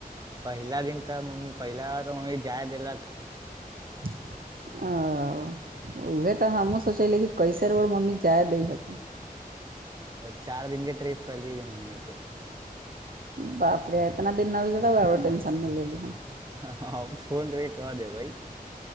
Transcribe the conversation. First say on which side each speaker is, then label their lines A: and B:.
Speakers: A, on the right; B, on the right.
A: पहिला दिन तऽ मम्मी पहिला बार तऽ मम्मी जाय देलक
B: <unintelligible> ओ उह तऽ हमहूँ सोचलै कि कैसे रऊर मम्मी जाय दै हेत
A: चार दिन के ट्रिप करलियए मम्मी के
B: बापरे इतना दिनना भी तऽ तो टेंशन मिलेली हन
A: हँ फोन करके कह देबै